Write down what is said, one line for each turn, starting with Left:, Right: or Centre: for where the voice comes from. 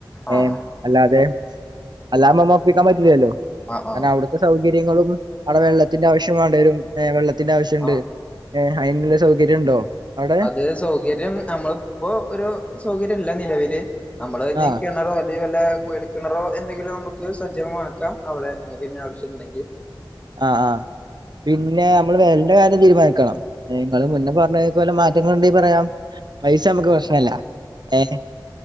Left: ആഹ്
Right: ഏഹ് അല്ലാതെ അല്ലാമ്മമ്മ പ്പിക്കാൻ പറ്റില്ലല്ലോ
Left: ആഹ് ആഹ്
Right: രണം അവിടത്തെ സൗക ര്യങ്ങളും അവിടെ വെള്ളത്തിന്റെ ആവശ്യം വേണ്ടിവരും ഏഹ് വെള്ളത്തിന്റെ ആവശ്യാണ്ട്
Left: ആഹ്
Right: ഏഹ് അയിനുള്ള സൗകര്യം ഉണ്ടോ അവിടെ?
Left: അത് സൗകര്യം നമ്മളിപ്പോ ഒരു സൗകര്യം ഇല്ല നിലവില് നമ്മള് നീക്കണറോ
Right: ആ
Left: വല്ല കുഴൽക്കിണാറൊ എന്തെങ്കിലും നമുക്ക് സജ്ജമ ക്കാം അവിടെ നിങ്ങക്കിനി ആവിശ് ണ്ടെങ്കി
Right: ആ ആ പിന്നെ മ്മള് വെലന്റെ കാര്യം തീരുമാനിക്കണം നിങ്ങള് മുന്നേ പറഞ്ഞലെ മാറ്റ ണ്ട പറയാം പൈസ നമുക്ക് പ്രശ് ല്ല ഏ